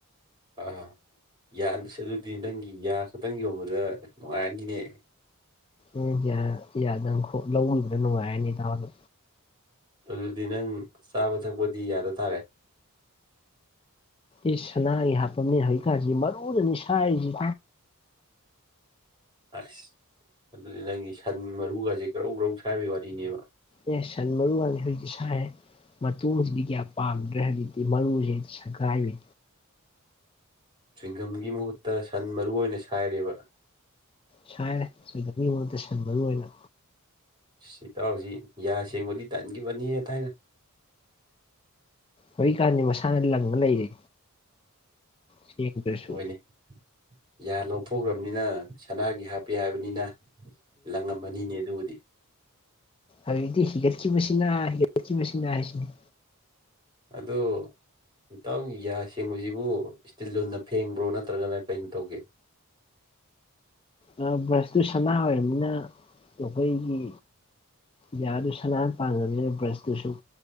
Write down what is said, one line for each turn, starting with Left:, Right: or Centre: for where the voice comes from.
Right: ꯑꯥ ꯌꯥꯁ ꯑꯗꯨꯗꯤ ꯅꯪꯒꯤ ꯌꯥ ꯈꯛꯇꯪ ꯌꯣꯟꯕꯗ ꯅꯨꯡꯉꯥꯏꯔꯅꯤꯅꯦ
Left: ꯎꯝ ꯌꯥ ꯌꯥꯗꯪ ꯈꯣꯛ ꯂꯧꯕꯗ ꯅꯨꯡꯉꯥꯏꯔꯅꯤ ꯢꯇꯥꯎ ꯑꯗꯣ
Right: ꯑꯗꯨꯗꯤ ꯅꯪ ꯆꯥꯕ ꯊꯛꯄꯗꯤ ꯌꯥꯗ ꯇꯥꯔꯦ
Left: ꯏꯁ ꯁꯅꯥꯒꯤ ꯍꯥꯞꯄꯝꯅꯦꯅ ꯍꯧꯖꯤꯛꯀꯥꯟꯁꯤ ꯃꯔꯨꯗꯅꯤ ꯁꯥꯏꯔꯤꯁꯤ
Right: ꯑꯁ ꯑꯗꯨꯗꯤ ꯅꯪꯒꯤ ꯁꯟ ꯃꯔꯨꯒꯁꯦ ꯒꯔꯧ ꯒꯔꯧ ꯁꯥꯏꯕꯒꯤ ꯋꯥꯔꯤꯅꯦꯕ
Left: ꯑꯦ ꯁꯟ ꯃꯔꯨꯒꯁꯦ ꯑꯩꯈꯣꯏꯗꯤ ꯁꯥꯏꯔꯦ ꯃꯇꯣꯛꯁꯤꯗꯤ ꯀꯌꯥ ꯄꯥꯝꯗ꯭ꯔꯦ ꯍꯧꯖꯤꯛꯇꯤ ꯃꯔꯨꯁꯦ ꯁꯥꯒꯥꯏꯕꯅꯤ
Right: ꯆ꯭ꯋꯤꯡꯒꯝꯒꯤ ꯃꯍꯨꯠꯇ ꯁꯟ ꯃꯔꯨ ꯑꯣꯏꯅ ꯁꯥꯏꯔꯦꯕ
Left: ꯁꯥꯏꯔꯦ ꯆꯨꯏꯒꯝꯒꯤ ꯃꯍꯨꯠꯇ ꯁꯟ ꯃꯔꯨ ꯑꯣꯏꯅ
Right: ꯢꯁ ꯢꯇꯥꯎꯁꯤ ꯌꯥ ꯁꯦꯡꯕꯗꯤ ꯇꯟꯈꯤꯕꯅꯤ ꯍꯦ ꯊꯥꯏꯅ
Left: ꯍꯧꯖꯤꯛꯀꯥꯟꯗꯤ ꯃꯁꯥꯅ ꯂꯪꯉ ꯂꯩꯔꯦ ꯁꯦꯡꯗ꯭ꯔꯁꯨ
Right: ꯍꯣꯏꯅꯦ ꯌꯥ ꯂꯧꯊꯣꯛꯈ꯭ꯔꯕꯅꯤꯅ ꯁꯅꯥꯒꯤ ꯍꯥꯞꯄꯦ ꯍꯥꯏꯕꯅꯤꯅ ꯂꯪꯉꯝꯃꯅꯤꯅꯦ ꯑꯗꯨꯕꯨꯗꯤ
Left: ꯍꯧꯖꯤꯛꯗꯤ ꯍꯤꯒꯠꯈꯤꯕꯁꯤꯅ ꯍꯤꯒꯠꯈꯤꯕꯁꯤꯅ ꯍꯥꯏꯁꯤꯅꯤ
Right: ꯑꯗꯣ ꯏꯇꯥꯎꯒꯤ ꯌꯥ ꯁꯦꯡꯕꯁꯤꯕꯨ ꯏꯁꯇꯤꯜ ꯂꯨꯅ ꯐꯦꯡꯕ꯭ꯔꯣ ꯅꯠꯇ꯭ꯔꯒꯅ ꯀꯩꯅꯣ ꯇꯧꯒꯦ
Left: ꯑ ꯕ꯭ꯔꯁꯇꯨ ꯁꯅꯥ ꯑꯣꯏꯔꯕꯅꯤꯅ ꯑꯩꯈꯣꯏꯒꯤ ꯌꯥꯗꯨ ꯁꯅꯥꯅ ꯄꯥꯟꯒꯅꯤꯅ ꯕ꯭ꯔꯁꯇꯨꯁꯨ